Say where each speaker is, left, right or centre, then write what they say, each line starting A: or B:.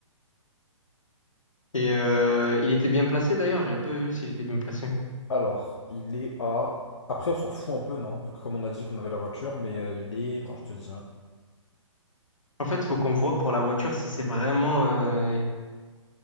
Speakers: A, on the left (about 75°); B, on the left (about 55°).
A: Et euh, il était bien placé d'ailleurs, j'avais pas vu s'il était bien placé.
B: Alors, il est à. Après, on s'en fout un peu, non? Vu que, comme on a dit qu'on avait la voiture, mais euh, il est. Attends, je te dis. hein.
A: En fait, faut qu'on voit pour la voiture si c'est vraiment, euh,